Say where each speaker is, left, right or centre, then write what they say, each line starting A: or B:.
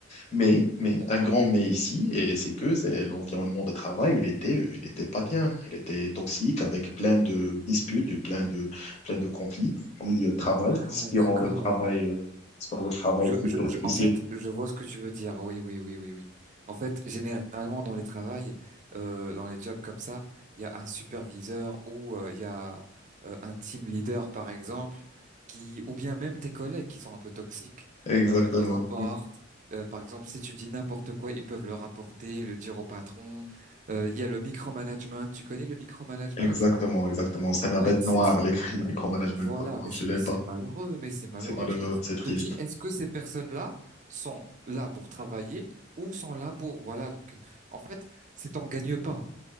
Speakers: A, on the left; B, on the right.
A: mais, mais,
B: d'accord.
A: un grand mais ici, et c'est que c'est l'environnement de travail, il était, euh, il était pas bien, il était toxique avec plein de disputes, et plein de, plein de conflits au milieu de travail,
B: Ah,
A: ce qui
B: d'accord.
A: rend le travail, euh, ce qui rend le travail
B: Je,
A: plutôt
B: je,
A: difficile.
B: je- en fait, je vois ce que tu veux dire. Oui, oui, oui, oui, oui. En fait, généralement, dans les travails, euh, dans les jobs comme ça, il y a un superviseur ou euh, il y a euh, un team leader, par exemple, qui, ou bien même tes collègues qui sont un peu toxiques,
A: Exactement,
B: euh, ils rapportent. Euh, par exemple, si tu dis n'importe quoi, ils peuvent le rapporter, le dire au patron. Euh, il y a le micromanagement. Tu connais le micromanagement?
A: exactement, exactement. C'est ma
B: Ouais,
A: bête
B: c'est,
A: noire, les, <laughs> le micromanagement.
B: voilà,
A: Non,
B: mais,
A: Je
B: c-
A: l'aime
B: mais c'est
A: pas.
B: malheureux, mais c'est malheureux.
A: C'est malheureux,
B: Tu te dis,
A: c'est
B: tu
A: triste.
B: te dis, est-ce que ces personnes-là sont là pour travailler ou sont là pour, voilà, donc, en fait, c'est ton gagne-pain.